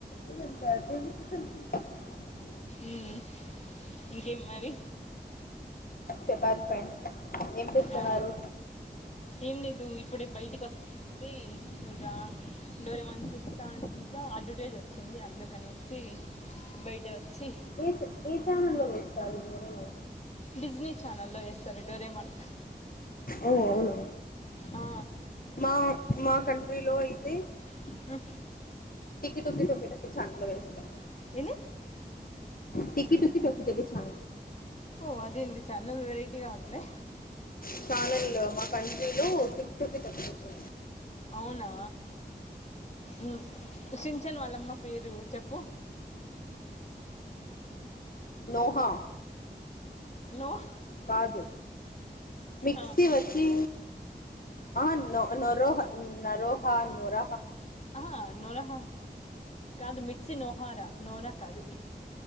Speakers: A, on the left (about 55°); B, on the left (about 40°).
A: <unintelligible>
B: మ్మ్ ఇంకేం మరి
A: చెప్పాలి ఫ్రెండ్ ఏం చేస్తున్నారు
B: ఆ ఏం లేదు మి ఇప్పుడే బయటికి వస్తే ఇంకా డోరేమాన్ చూస్తా అంట అడ్వటేజ్ వచ్చింది అ అందుకనేసి బయట వచ్చి
A: ఏతే ఏ ఛానెల్లో వేస్తారు మీరు
B: డిస్నీ ఛానల్ లో వేస్తారు డోరేమాన్
A: ఓ అవునా
B: ఆ,
A: మా మా కంట్రీలో అయితే
B: హు
A: టికీ టికీ టోకీ టాకీ చానల్లో వేస్తారు
B: ఏంది
A: టకి టుకి టొక్కేకె చాం
B: ఓ అదేంన్ని చాలా వెరైటీగా ఉందీ
A: ఛానల్ మా కంట్రీల్ టిప్ టఫ్ తప్పపో
B: అవునా ఉమ్ ఖుస్ చ్చన్ వాళ్ళమ్మ పేరు చెప్పు
A: నోహా
B: నోహ్
A: పాదు మిక్సీ
B: ఆ,
A: వచ్చి ఆ నో రోహన్ నరోహా దొర
B: ఆ నోరాహ కాదు మిర్సీ నోహరా నోరా కాదు